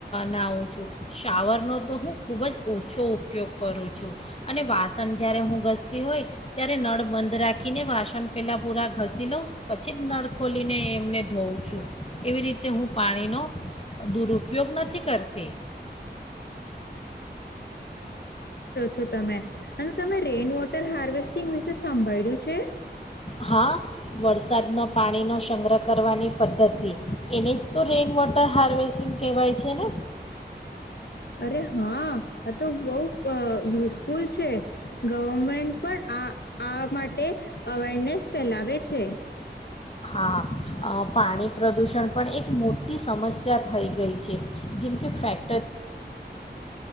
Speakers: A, on the left; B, on the left.
A: નાહઉું છું શાવરનો તો હું ખૂબ જ ઓછો ઉપયોગ કરું છું અને વાસણ જ્યારે હું ઘતી હોય ત્યારે નળ બંધ રાખીને વાસણ પહેલાં પૂરા ઘસી લઉં પછી જ નળ ખોલીને એમને ધોઉં છું. એવી રીતે હું પાણીનો દુરુપયોગ નથી કરતી.
B: છ તમે અને તમે રેઇન વોટર હાર્વેસ્ટિંગ વિશે. સાંભળ્યું છે.
A: હા વરસાદનો પાણીનો સંગ્રહ કરવાની પદ્ધતિ એને જ તો રેઇન વોટર હાર્વેસિંગ કહેવાય છે ને.
B: અરે હા આ તો બઉ અ યુઝફુલ છે ગવર્મેન્ટ પણ આ આ માટે અવેરનેસ ફેલાવે છે.
A: હા અ પાણી પ્રદૂષણ પણ એક મોટી સમસ્યા થઈ ગઈ છે જેમકે ફેક્ટરી